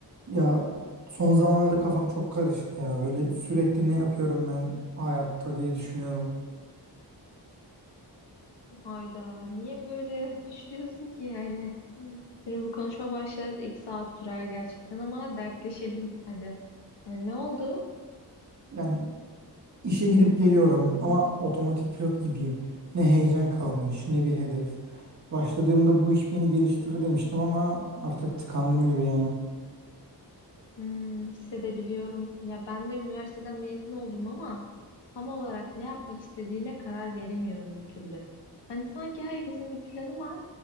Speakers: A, on the right (about 45°); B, on the left (about 90°).
A: Ya son zamanlarda kafam çok karışık ya. Böyle sürekli ne yapıyorum ben hayatta diye düşünüyorum.
B: Hayda, niye böyle <laughs> düşünüyorsun ki yani? Şimdi bu konuşma başlar iki saat sürer gerçekten ama dertleşelim hadi. Yani ne oldu?
A: Yani işe gidip geliyorum ama otomatik pilot gibiyim. Ne heyecan kalmış, ne bir hedef. Başladığımda bu iş beni geliştirir demiştim ama artık tıkandım gibi yani.
B: Hmm, hissedebiliyorum. Ya ben de üniversiteden mezun oldum ama tam olarak ne yapmak istediğime karar veremiyorum bir türlü. Hani sanki herkesin bir planı var.